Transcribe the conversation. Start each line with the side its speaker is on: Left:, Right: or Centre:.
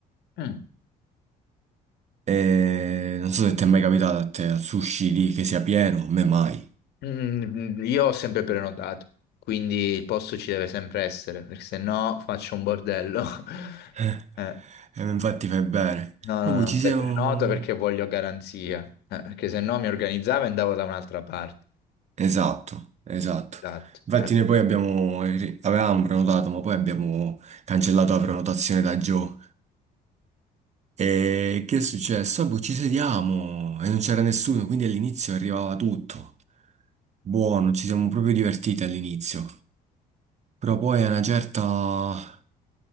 Left: Mm.
Right: E non so se ti è mai capitato a te al sushi lì che sia pieno, a me mai.
Left: Mm, mm, io ho sempre prenotato, quindi il posto ci deve sempre essere, perché se no faccio un bordello. <laughs>
Right: <laughs>
Left: Eh,
Right: E infatti fai bene.
Left: no, no,
Right: Ma poi
Left: no,
Right: ci
Left: se
Right: siamo.
Left: prenoto perché voglio garanzia, eh, perché se no mi organizzavo e andavo da un'altra parte.
Right: Esatto, esatto.
Left: Esatto.
Right: Infatti
Left: eh.
Right: noi poi abbiamo, avevamo prenotato, ma poi abbiamo cancellato la prenotazione da Joe. E che è successo? Ah, boh, ci sediamo e non c'era nessuno, quindi all'inizio arrivava tutto. Buono, ci siamo proprio divertiti all'inizio. Però poi a una certa...